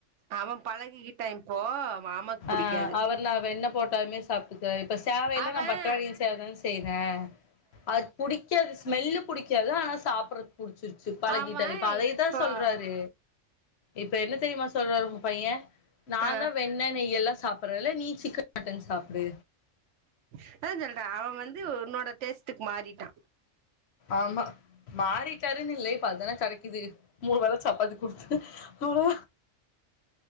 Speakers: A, on the right; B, on the left.
A: அவன் பழகிகிட்டா இப்போ மாமாக் புடிக்காது
B: ஆ அவர் நா என்ன போட்டாலுமே சாப்டுக் <unintelligible>
A: அவன்
B: <unintelligible> <unintelligible> <unintelligible> ஆ அது புடிக்காது ஸ்மெல்லு புடிக்கு எல்லாம் சாப்பிடறது குடிச்சிருச்சு பழகி
A: அவன்
B: சரி இப்ப அதைத்தான்
A: இப்போ
B: சொல்றாரு இப்ப என்ன தெரியுமா சொல்றாரு உங்க பையன் நான்
A: ஆ
B: தான் வெண்ணெ நீ எல்லாம் சாப்பற்றல நீ சிக்கன் மட்டன் சாப்புடு
A: அதா சொல்ற அவ வந்து உன்னோட டேஸ்ட்டுக்கு மாறிட்டா
B: ஆமா மாறிட்டாருன் இல்ல இப்ப அதான கடைக்கிது மூண வேள சப்பத்தி குடுத்து அவள